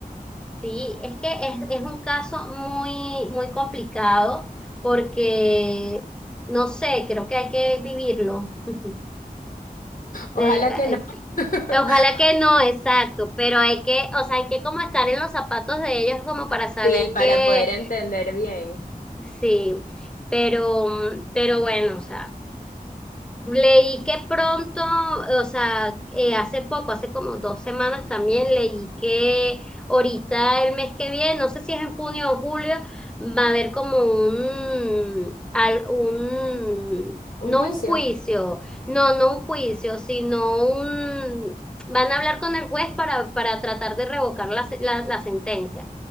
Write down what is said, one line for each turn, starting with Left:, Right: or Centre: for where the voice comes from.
Centre: Sí, es que es, es un caso muy, muy complicado porque, no sé, creo que hay que vivirlo. <laughs> Eh,
Left: Ojalá
Centre: hay
Left: que no.
Centre: que-
Left: <laughs>
Centre: ojalá que no, exacto, pero hay que, o sea, hay que como estar en los zapatos de ellos como para saber
Left: Sí, para
Centre: que
Left: poder entender bien.
Centre: sí, pero, pero bueno, o sea. Leí que pronto, o sea, eh, hace poco, hace como dos semanas también, leí que ahorita el mes que viene, no sé si es en junio o julio, va a haber como un, al- un,
Left: ¿Un
Centre: no
Left: juicio?
Centre: un juicio, no, no un juicio, sino un, van a hablar con el juez para, para tratar de revocar la, se- la la sentencia.